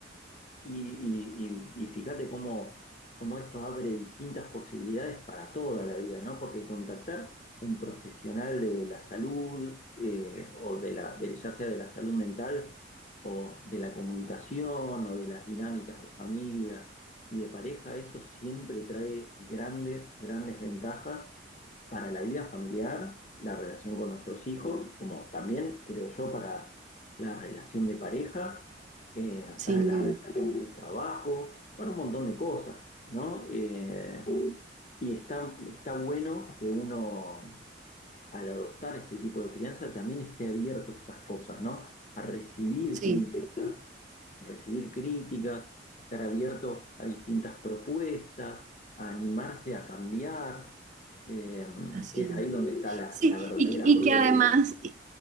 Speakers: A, on the left (about 40°); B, on the right (about 40°).
A: Y, y- y- y fíjate cómo, cómo esto abre distintas posibilidades para toda la vida, ¿no? Porque contactar un profesional de la salud, eh, o de la, de- ya sea de la salud mental, o de la comunicación, o de las dinámicas de familia y de pareja, eso siempre trae grandes, grandes ventajas para la vida familiar, la relación con nuestros hijos, como también creo yo para la relación de pareja, eh,
B: sin
A: para las
B: duda.
A: relaciones de trabajo, para un montón de cosas, ¿no? Eh, y está, está bueno que uno al adoptar este tipo de crianza también esté abierto a esas cosas, ¿no? A recibir
B: Sí,
A: críticas, recibir críticas, estar abierto a distintas propuestas, a animarse a cambiar, eh,
B: así.
A: que es ahí donde está
B: es.
A: la,
B: Sí,
A: la verdadera
B: y, y
A: prueba,
B: que además,
A: ¿no?